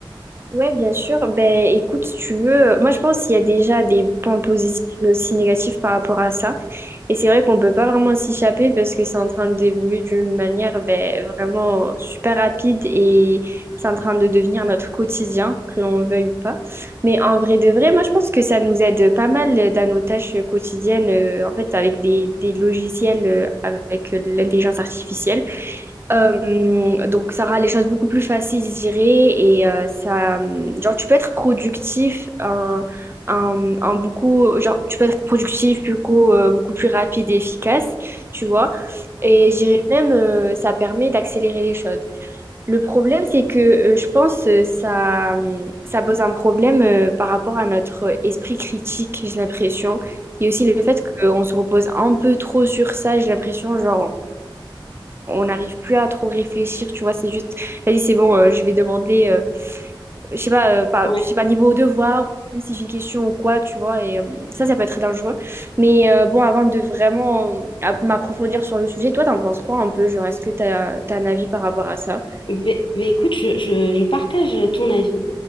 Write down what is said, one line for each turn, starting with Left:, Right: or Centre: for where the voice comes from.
Right: Ouais, bien sûr. Ben, écoute, si tu veux, moi je pense qu'il y a déjà des points positifs mais aussi négatifs par rapport à ça. Et c'est vrai qu'on peut pas vraiment s'échapper parce que c'est en train d'évoluer d'une manière ben, vraiment super rapide et c'est en train de devenir notre quotidien, que l'on le veuille ou pas. Mais en vrai de vrai, moi je pense que ça nous aide pas mal dans nos tâches quotidiennes, euh, en fait, avec des, des logiciels, euh, avec euh, l'intelligence artificielle. Euh, donc ça rend les choses beaucoup plus faciles, je dirais, et euh, ça, euh, genre tu peux être productif en, en, en beaucoup, genre tu peux être productif beaucoup euh, beaucoup plus rapide et efficace, tu vois. Et
Left: Mm.
Right: je dirais même euh, ça permet d'accélérer les choses. Le problème c'est que euh, je pense euh, ça euh, ça pose un problème euh, par rapport à notre esprit critique, j'ai l'impression. Et aussi le fait qu'on se repose un peu trop sur ça, j'ai l'impression, genre on n'arrive plus à trop réfléchir, tu vois, c'est juste, vas-y, c'est bon, euh, je vais demander, euh, je sais pas, euh, par-
Left: Ouais.
Right: je sais pas, niveau devoir, même si j'ai une question ou quoi, tu vois, et euh, ça, ça peut être très dangereux. Mais euh, bon, avant de vraiment euh, à- m'approfondir sur le sujet, toi, t'en penses quoi un peu, genre, est-ce que t'as, t'as un avis par rapport à ça?
Left: Ben, ben écoute, je, je, je partage ton avis,